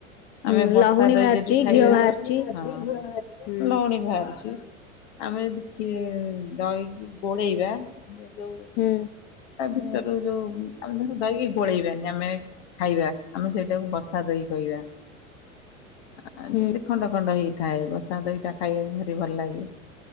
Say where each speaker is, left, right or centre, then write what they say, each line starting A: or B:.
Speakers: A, on the left; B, on the left.
A: ହୁଁ
B: ଆମେ ବସା
A: ଲହୁଣୀ
B: ଦହି
A: ବାହାରୁଛି
B: ଯଦି ଖାଇବା।
A: ଘିଅ ବାହାରୁଛି।
B: ହଁ
A: ହୁଁ
B: ଲହୁଣୀ ବା ଅଛି। ଆମେ ଯଦି କ୍ଷୀ, ଦହିକି ଗୋଳେଇ ବା ଆମେ ଯଉ
A: ହୁଁ
B: ତା ଭିତରୁ ଯଉ ଆମେ ଧର ଦହି କି ଗୋଳେଇବାନି। ଆମେ ଖାଇବା। ଆମେ ସେଇଟାକୁ ବସା ଦହି କ କହିବା। ଆ,
A: ହୁଁ
B: ଯେମତି ଖଣ୍ଡ ଖଣ୍ଡ ହେଇଥାଏ। ବସା ଦହି ଟା ଖାଇବାକୁ ଭାରି ଭଲ ଲାଗେ।